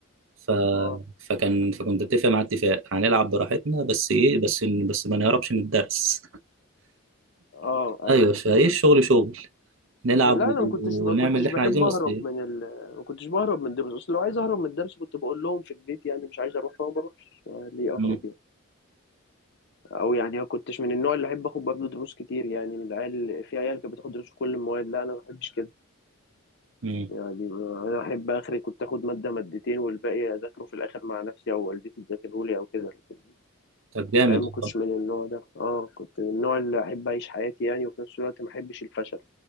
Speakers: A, on the right; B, on the left.
A: ف...
B: اه
A: فكان فكنت اتفق مع اتفاق هنلعب براحتنا بس ايه بس إن- بس ما نهربش من الدرس
B: اه
A: ايوه فايه الشغل شغل نلعب
B: لا
A: و-
B: انا ما كنتش ما
A: ونعمل
B: كنتش
A: اللي
B: بحب
A: احنا عايزينه
B: اهرب
A: بس ايه
B: من ال... ما كنتش بهرب من الدرس اصل لو عايز اهرب من الدرس كنت بقول لهم في البيت يعني مش عايز اروح فما بروحش آه، ليه
A: مم.
B: اهرب يعني او يعني ما كنتش من النوع اللي احب اخد برضه دروس كتير يعني من العيال في عيال كانت بتاخد دروس في كل المواد لا انا ما بحبش كده
A: مم.
B: يعني آه، انا احب اخري كنت اخد ماده مادتين والباقي اذاكره في الاخر مع نفسي او والدتي تذاكره لي او كده لكن
A: طب جامد
B: فاهم ما كنتش
A: والله.
B: من النوع ده اه كنت من النوع اللي احب اعيش حياتي يعني وفي نفس الوقت ما احبش الفشل